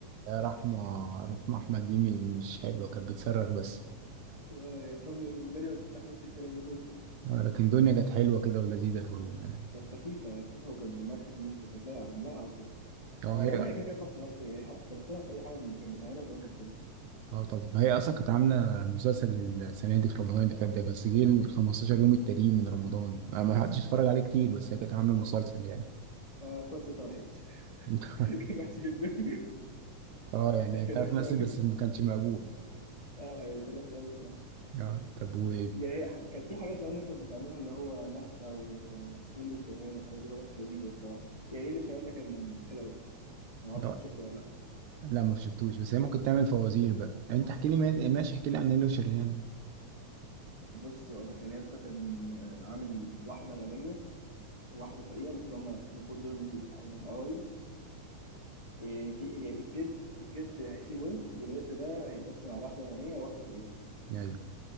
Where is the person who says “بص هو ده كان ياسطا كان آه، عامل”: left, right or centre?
Left